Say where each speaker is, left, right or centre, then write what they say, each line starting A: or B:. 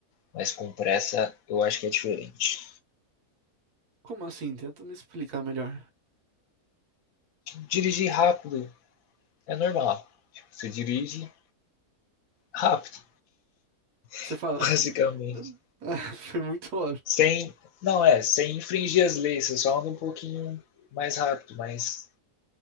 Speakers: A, on the left; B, on the right.
A: mas com pressa eu acho que é diferente.
B: Como assim? Tenta me explicar melhor.
A: Dirigir rápido é normal. Tipo, Você dirige rápido,
B: Você
A: <laughs>
B: fala.
A: basicamente.
B: <laughs> Ah, Foi muito óbvio.
A: Sem. Não, é, sem infringir as leis, você só anda um pouquinho mais rápido, mas